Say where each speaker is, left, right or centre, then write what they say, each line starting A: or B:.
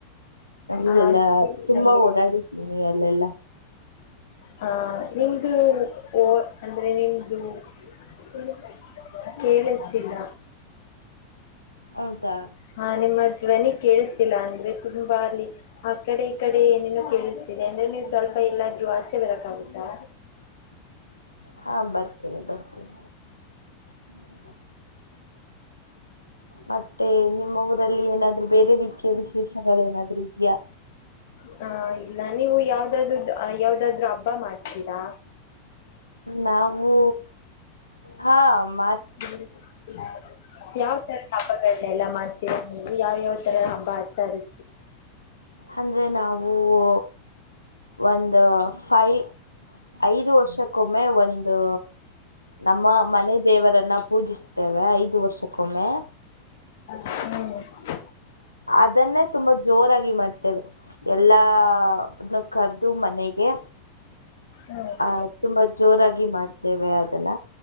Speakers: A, on the left (about 90°); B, on the left (about 55°).
A: ನಮಿಗೆಲ್ಲಾ
B: ಆ
A: ತುಂಬಾ
B: ನಮ್ಗೆ
A: ಓಡಾಡಿದ್ದೀನಿ ಲ್ಲೆಲ್ಲ
B: ಹ ನಿಮ್ದು ಓ ಅಂದ್ರೆ ನಿಮ್ದು <inaudible> ಕೇಳಿಸ್ತಿಲ್ಲ
A: ಹೌದಾ
B: ಹಾ ನಿಮ್ಮ ಧ್ವನಿ ಕೇಳಿಸ್ತಿಲ್ಲಾ ಅಂದ್ರೆ ತುಂಬಾ ಅಲ್ಲಿ ಆ ಕಡೆ ಈ ಕಡೆ ಏನೇನು ಕೇಳಿಸ್ತಿದೆ ಅಂದ್ರೆ ನೀವ್ ಸ್ವಲ್ಪ ಎಲ್ಲಾದ್ರು ಆಚೆ ಬರಕ್ಕಾಗುತ್ತಾ
A: ಹಾ ಬರ್ತಿನೆ ಬರ್ತಿನೆ <unintelligible> ಮತ್ತೆ ನಿಮ್ಮ ಊರಲ್ಲಿ ಏನಾದ್ರು ಬೇರೆ ರೀತಿಯ ವಿಶೇಷಗಳೇನಾದ್ರು ಇದ್ಯಾ?
B: ಹ ಇಲ್ಲ ನೀವು ಯಾವ್ದಾದ್ ಯಾವ್ದಾದ್ರು ಹಬ್ಬ ಮಾಡ್ತೀರಾ?
A: ನಾವು ಹಾ ಮ
B: ಹ್ಮ ಯಾವ್ ತರ ತಾಪಗಳ್ನ ಎಲ್ಲ ಮಾಡ್ ತಿರ ನೀವು ಯಾವ್ ಯಾವ್ ತರ ಹಬ್ಬ ಆಚಾರ್ಯ
A: ಅಂದ್ರೆ ನಾವೂ ಹು ಒಂದು ಫೈ ಐದು ವರ್ಷಕ್ ಒಮ್ ಒಮ್ಮೆ ಒಂದು ನಮ್ಮ ಮನೆ ದೇವರನ್ ಪೂಜಿಸ್ತೇವೆ ಐದು ವರ್ಷಕ್ಕೊಮ್ಮೆ
B: ಹ್ಮ್
A: ಅದನ್ನೇ ತುಂಬಾ ಜೋರಾಗಿ ಮಾಡ್ತೇವೆ, ಎಲ್ಲರ್ನೂ ಕರ್ದು ಮನೆಗೆ
B: ಹ್ಮ್
A: ಆಹ್ ತುಂಬಾ ಜೋರಾಗಿ ಮಾಡ್ತೇವೆ ಅದನ್ನ,